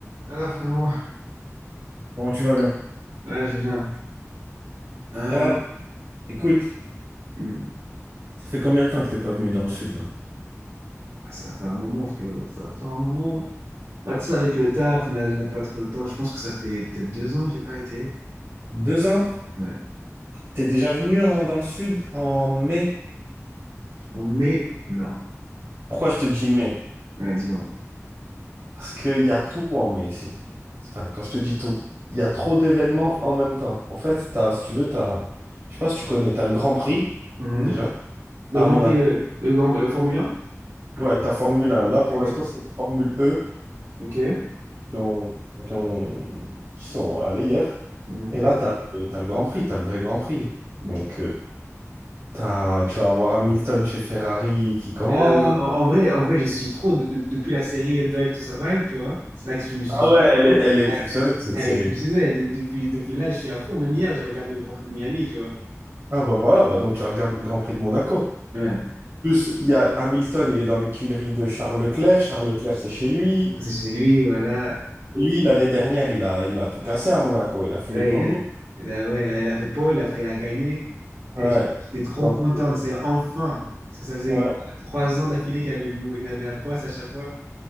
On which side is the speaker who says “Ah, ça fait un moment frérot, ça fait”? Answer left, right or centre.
Right